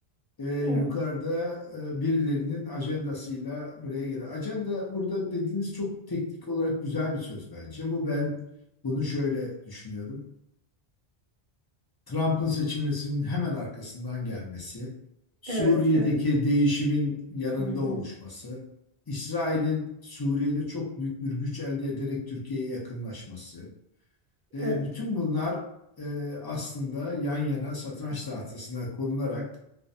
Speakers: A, on the left; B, on the right.
A: e, yukarıda
B: Evet.
A: e, birilerinin ajandasıyla buraya gelir. Ajanda burada dediğiniz çok teknik olarak güzel bir söz bence. Bu ben bunu şöyle düşünüyorum. Trump'ın seçilmesinin hemen arkasından gelmesi, Suriye'deki
B: Evet, evet.
A: değişimin yanında
B: Hı hı.
A: oluşması, İsrail'in Suriye'de çok büyük bir güç elde ederek Türkiye'ye yakınlaşması, e,
B: Evet.
A: bütün bunlar e, aslında yan yana satranç tahtasına konularak